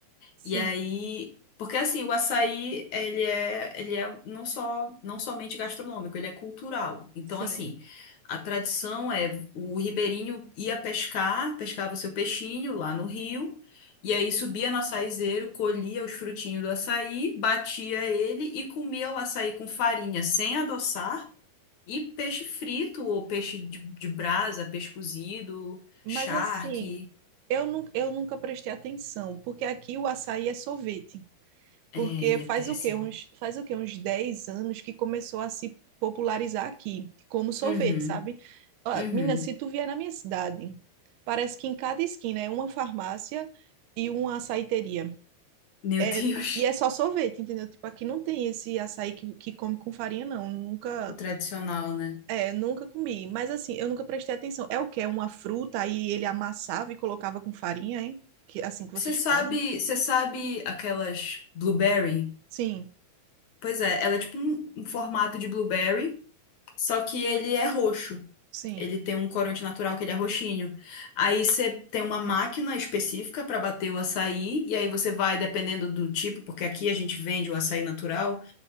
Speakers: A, on the right; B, on the left.
A: Sim,
B: E aí, porque assim, o açaí, ele é, ele é não só, não somente gastronômico, ele é cultural. Então,
A: sim.
B: assim, a tradição é o ribeirinho ia pescar, pescava seu peixinho lá no rio, e aí subia no açaizeiro, colhia os frutinhos do açaí, batia ele e comia o açaí com farinha sem adoçar e peixe frito ou peixe de, de brasa, peixe cozido,
A: Mas
B: charque.
A: assim, eu, nu eu nunca prestei atenção, porque aqui o açaí é sorvete.
B: É,
A: Porque
B: ele
A: faz
B: é péssimo.
A: o quê? Uns, faz o quê? Uns 10 anos que começou a se popularizar aqui, como sorvete,
B: Uhum,
A: sabe? Ó,
B: uhum.
A: menina, se tu vier na minha cidade, parece que em cada esquina é uma farmácia e uma açaiteria.
B: Meu
A: É,
B: Deus,
A: e é só sorvete, entendeu? Tipo, aqui não tem esse açaí que, que come com farinha, não. Nunca,
B: o tradicional, né?
A: é, nunca comi. Mas assim, eu nunca prestei atenção. É o quê? É uma fruta, aí ele amassava e colocava com farinha, hein? Que, assim que vocês
B: Você sabe,
A: fazem.
B: você sabe aquelas blueberry?
A: Sim,
B: Pois é, ela é tipo um, um formato de blueberry, só que ele é roxo.
A: sim.
B: Ele tem um corante natural que ele é roxinho. Aí você tem uma máquina específica para bater o açaí, e aí você vai, dependendo do tipo, porque aqui a gente vende o açaí natural,